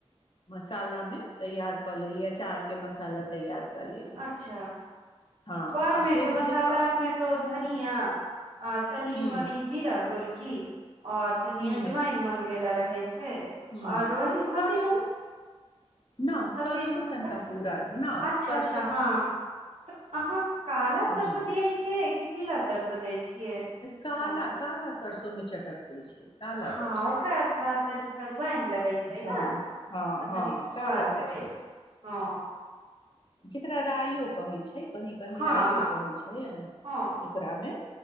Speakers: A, on the left; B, on the right.
A: मसालामे तैयार कऽ लेली अचारके मसाला तैयार कऽ लेली
B: अच्छा
A: हँ
B: घरमे
A: आ फेर
B: तो
A: ओ
B: मसाला
A: जे
B: आरमे तो धनिया आ तनी
A: ह
B: मनी जीरा गोल कि आओर तनी
A: ह
B: अजमाइन मंगरेेल रहै छै
A: ह
B: आओर वही
A: सरसो
B: हल्दी नून
A: न सरसो
B: हल्दी नून
A: तनिका
B: बस
A: पूरा न
B: अच्छा
A: सर
B: अच्छा हँ तऽ अहाँ काला सरसो
A: हँ
B: दियै छियै की पीला सरसो दै छियै
A: काला
B: अचार मे
A: काला सरसों तो ओमे चटक होइ छै काला
B: हँ,
A: सरसो
B: ओकरा आओर स्वाद तनि करुआन लगै छै
A: हँ
B: ने,
A: हँ
B: तऽ
A: हँ
B: तनि स्वादिष्ट
A: काला सरसो
B: लगै छै हँ।
A: जेकरा रायो कहै छै कही कहीं
B: हँ
A: राइयो
B: हँ
A: कहै छै
B: हँ
A: ओकरामे